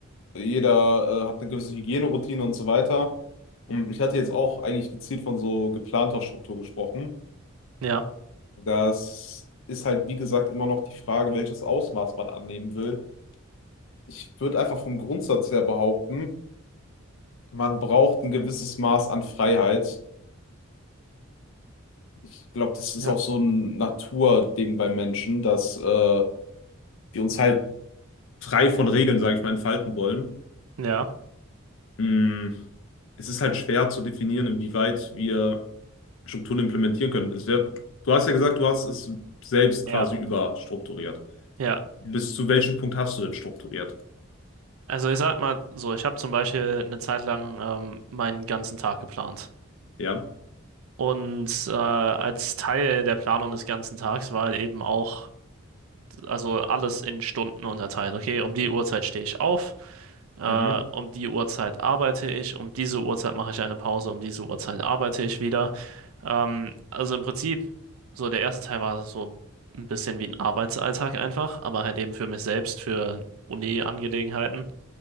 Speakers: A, on the left; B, on the right.
A: jeder äh, hat eine gewisse Hygieneroutine und so weiter. Und ich hatte jetzt auch eigentlich gezielt von so geplanter Struktur gesprochen.
B: Ja,
A: Das ist halt, wie gesagt, immer noch die Frage, welches Ausmaß man annehmen will Ich würde einfach vom Grundsatz her behaupten, man braucht ein gewisses Maß an Freiheit. Ich glaube, das ist
B: ja,
A: auch so ein Naturding bei Menschen, dass äh, wir uns halt frei von Regeln, sage ich mal, entfalten wollen.
B: ja,
A: Mm, es ist halt schwer zu definieren, inwieweit wir Strukturen implementieren können. Es wär, du hast ja gesagt, du hast es selbst
B: ja,
A: quasi überstrukturiert.
B: ja.
A: Bis zu welchem Punkt hast du denn strukturiert?
B: Also ich sag mal so, ich habe zum Beispiel eine Zeit lang ähm, meinen ganzen Tag geplant.
A: Ja.
B: Und äh, als Teil der Planung des ganzen Tags war halt eben auch, also alles in Stunden unterteilt. Okay, um die Uhrzeit stehe ich auf, Äh,
A: Mhm.
B: um die Uhrzeit arbeite ich, um diese Uhrzeit mache ich eine Pause, um diese Uhrzeit arbeite ich wieder. Ähm, also im Prinzip, so der erste Teil war so ein bisschen wie ein Arbeitsalltag einfach, aber halt eben für mich selbst, für Uni-Angelegenheiten.